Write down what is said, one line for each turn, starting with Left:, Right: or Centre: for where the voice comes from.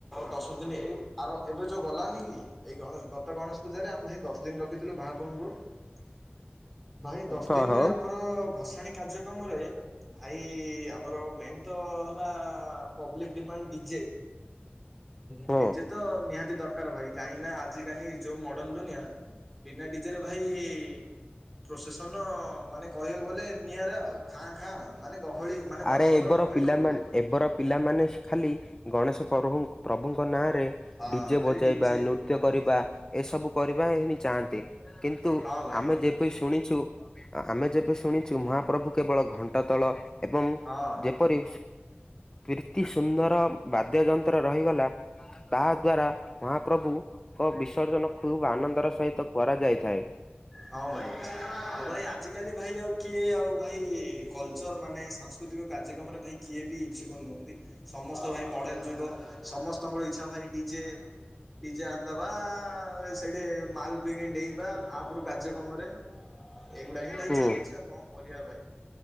Centre: ଦଶ ଦିନ ଏ ଆର ଏବେ ଯେଉଁ ଗଲାନି କି? ଏଇ ଗଣେଶ ଗତ ଗଣେଶ ପୂଜାରେ ଆମେ ଭାଇ ଦଶ ଦିନି ରଖିଥିଲୁ <unintelligible> ଭାଇ ଦଶ
Left: ହଁ
Centre: ଦିନରେ
Left: ହଁ
Centre: ଆମର ଆର ଭସାଣି କାର୍ଯ୍ୟକ୍ରମରେ ଭାଇ ଆମର ମେନ୍ ତ ହେଲା ପବ୍ଲିକ ଡିମାଣ୍ଡ ଡିଜେ,
Left: ହଁ
Centre: ଡିଜେ ତ ନିହାତି ଦରକାର। କର ଭାଇ କାହିଁକି ଆଜିକାଲି ଯେଉଁ ମଡ଼ର୍ଣ୍ଣ ଦୁନିଆ
Left: ହୁଁ ଉଁ
Centre: ବିନା ଡିଜେରେ ଭାଇ ପ୍ରୋସେସନ କହିବାକୁ ଗଲେ ନିଆରା ଆଉ ଖାଁ ଖାଁ ମାନେ ଗହଳି ମାନେ
Left: ଆରେ
Centre: ଦର୍ଶନ ଙ୍କର
Left: ଏବର
Centre: ଗହଳି
Left: ପିଲାମାନେ
Centre: କମିଯାଏ।
Left: ଏବର ପିଲାମାନେ ଖାଲି ଗଣେଶ ପ୍ରଭୁ ପ୍ରଭୁଙ୍କ ନାଁରେ
Centre: ହଁ
Left: ଡିଜେ
Centre: ଖାଲି
Left: ବଜେଇବା,
Centre: ଡିଜେ
Left: ନୃତ୍ୟ କରିବା ଏସବୁ କରିବା ହିଁ ଚାହାନ୍ତି। କିନ୍ତୁ
Centre: ହଁ ଭାଇ
Left: ଆମେ ଯେ ଶୁଣିଛୁ, ଆମେ ଯେବେ ଶୁଣିଛୁ ମହା ପ୍ରଭୁ କେବଳ ଘଣ୍ଟା ତଳ ଏବଂ
Centre: ହଁ ହଁ।
Left: ଯେପରି ପ୍ରୀତି ସୁନ୍ଦର ବାଦ୍ୟଯନ୍ତ୍ର ରହିଗଲା। ତାହା ଦ୍ଵାରା ମହାପ୍ରଭୁଙ୍କ ବିସର୍ଜନ ଖୁବ ଆନନ୍ଦର ସହିତ କରାଯାଇଥାଏ।
Centre: ହଁ ଭାଇ, ଆଉ ଭାଇ ଆଜିକାଲି ଭାଇ ଆଉ କିଏ ଆଉ ଭାଇ କଲଚର୍ ମାନେ ସାଂସ୍କୃତିକ କାର୍ଯ୍ୟକ୍ରମରେ ଭାଇ କିଏ ବି ଇଛୁକ ନୁହଁନ୍ତି। ସମସ୍ତେ ଭାଇ ମଡ଼େନ ଯୁଗ। ସମସ୍ତଙ୍କର ଇଛା ଭାଇ ଡିଜେ ଡିଜେ ଆ ଦେବା। ସେଇଠ ମାଲ ପି ଡେଇଁବା ମହାପ୍ରଭୁ କାର୍ଯ୍ୟକ୍ରମରେ ଏଇଗୁଡା ହିଁ ଭାଇ
Left: ହୁଁ
Centre: ଚାଲୁଛି ଆଉ କଣ କରିବା ଭାଇ?